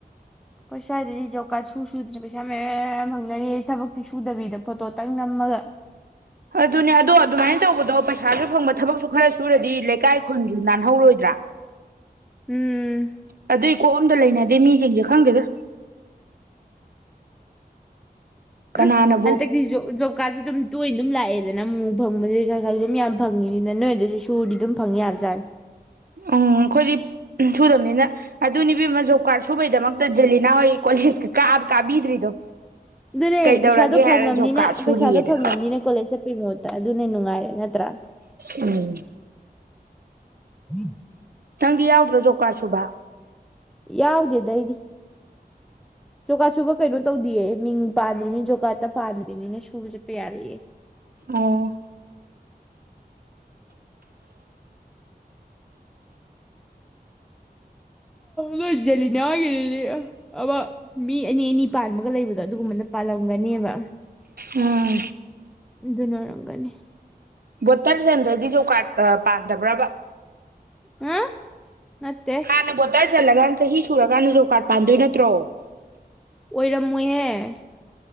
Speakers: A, in the centre; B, on the right (about 65°).
A: ꯑꯩꯣꯏ ꯁ꯭ꯋꯥꯏꯗ ꯔꯤꯖꯣꯕ ꯀꯥꯔꯗ ꯁꯨ ꯁꯨꯗꯅ ꯄꯩꯁꯥ ꯃꯌꯥꯝ ꯍꯪꯅꯔꯤ ꯊꯕꯛꯇꯤ ꯁꯨꯗꯕꯤꯗ ꯐꯣꯇꯣꯇꯪ ꯅꯝꯃꯒ
B: ꯑꯗꯨꯅꯦ ꯑꯗꯣ ꯑꯗꯨꯃꯥꯏꯅ ꯇꯧꯕꯗꯣ ꯄꯩꯁꯥꯁꯨ ꯐꯪꯕ ꯊꯕꯛꯁꯨ ꯈꯔ ꯁꯨꯔꯗꯤ ꯂꯩꯀꯥꯏ ꯈꯨꯟꯁꯨ ꯅꯥꯟꯍꯧꯔꯣꯏꯗ꯭ꯔꯥ
A: ꯎꯝ
B: ꯑꯗꯨꯏ ꯀꯣꯛ ꯑꯝꯇ ꯂꯩꯅꯗꯦ ꯃꯤꯁꯤꯡꯁꯦ ꯈꯪꯗꯦꯗ ꯀꯅꯥꯅꯕꯨ
A: ꯎꯝ ꯍꯟꯗꯛꯇꯤ ꯖꯣ ꯖꯣꯕꯀꯥꯔꯗꯁꯨ ꯗꯨꯝ ꯇꯣꯏꯅꯤ ꯑꯗꯨꯝ ꯂꯥꯛꯑꯦꯗꯅ ꯃꯨꯛꯃꯨꯛ ꯐꯪꯕꯗꯨ ꯈꯔ ꯈꯔ ꯑꯗꯨꯝ ꯌꯥꯝ ꯐꯪꯉꯤꯅꯤꯅ ꯅꯣꯏ ꯑꯗꯨꯁꯨ ꯁꯨꯔꯗꯤ ꯑꯗꯨꯝ ꯐꯪ ꯌꯥꯕꯖꯥꯠꯅꯤ
B: ꯎꯝ ꯑꯩꯈꯣꯏꯗꯤ ꯁꯨꯗꯕꯅꯤꯅ ꯑꯗꯨꯅꯤ ꯏꯕꯦꯝꯃ ꯖꯣꯕ ꯀꯥꯔꯗ ꯁꯨꯕꯩꯗꯃꯛꯇ ꯖꯦꯂꯤꯅꯥ ꯍꯣꯏ ꯀꯣꯂꯦꯖꯀ ꯀ ꯀꯥꯕꯤꯗ꯭ꯔꯤꯗꯣ
A: ꯑꯗꯨꯅꯦ
B: ꯀꯩꯗꯧꯔꯒꯦ
A: ꯄꯩꯁꯥꯗꯣ
B: ꯍꯥꯏꯔ
A: ꯐꯪꯉꯕꯅꯤꯅ
B: ꯖꯣꯕ ꯀꯥꯔꯗ ꯁꯨꯔꯤꯌꯦꯗ
A: ꯄꯩꯁꯥꯗꯣ ꯐꯪꯉꯕꯅꯤꯅ ꯀꯣꯂꯦꯖ ꯆꯠꯄꯩ ꯃꯍꯨꯠ ꯑꯗꯨꯅꯦ ꯅꯨꯡꯉꯥꯏꯔꯦ ꯅꯠꯇ꯭ꯔꯥ
B: ꯎꯝ
A: <inaudible>
B: ꯅꯪꯗꯤ ꯌꯥꯎꯗ꯭ꯔꯣ ꯖꯣꯕꯀꯥꯔꯗ ꯁꯨꯨꯕ
A: ꯌꯥꯎꯗꯦꯗ ꯑꯩꯗꯤ ꯖꯣꯀꯥꯠ ꯁꯨꯕ ꯀꯩꯅꯣ ꯇꯧꯗꯦꯌꯦ ꯃꯤꯡ ꯄꯥꯟꯗ꯭ꯔꯤꯉꯩ ꯖꯣꯀꯥꯠꯇ ꯄꯥꯟꯗ꯭ꯔꯤꯅꯤꯅ ꯁꯨꯕ ꯆꯠꯄ ꯌꯥꯔꯦꯌꯦ
B: ꯑꯣ
A: ꯅꯣꯏ ꯖꯦꯂꯤꯅꯥ ꯍꯣꯏꯒꯤꯗꯨꯗꯤ ꯑꯃ ꯃꯤ ꯑꯅꯤ ꯑꯅꯤ ꯄꯥꯟꯕꯒ ꯂꯩꯕꯗꯣ ꯑꯗꯨꯒꯨꯝꯕꯅ ꯄꯥꯜꯂꯝꯒꯅꯦꯕ
B: ꯎꯝ
A: ꯑꯗꯨꯅ ꯑꯣꯏꯔꯝꯒꯅꯤ
B: ꯕꯣꯇꯔ ꯆꯟꯗ꯭ꯔꯗꯤ ꯖꯣꯕꯀꯥꯠ ꯄꯥꯗꯕ꯭ꯔꯕ
A: ꯍꯨꯝ ꯅꯠꯇꯦ
B: ꯍꯥꯟꯅ ꯕꯣꯇꯔ ꯆꯜꯂꯀꯥꯟ ꯆꯍꯤ ꯁꯨꯔꯀꯥꯟꯗ ꯖꯣꯕꯀꯥꯔꯠ ꯄꯥꯟꯗꯣꯏ ꯅꯠꯇ꯭ꯔꯣ
A: ꯑꯣꯏꯔꯝꯃꯣꯏꯍꯦ